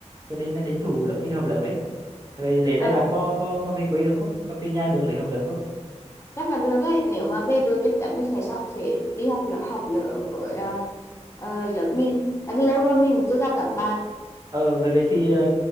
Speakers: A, on the right; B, on the left.
A: cho nên là tranh thủ lớp mình hợp lớp ấy vậy lễ này
B: Ờ,
A: bạn có có có về quê được không có về nhà được để hợp lớp không
B: chắc là được đấy nếu mà về được chắc chắn mình sẽ sắp xếp đi học lớp học lớp với à, à, lớp mình tại vì lâu rồi mình cũng chưa gặp các bạn
A: ờ vậy vậy thì ờ,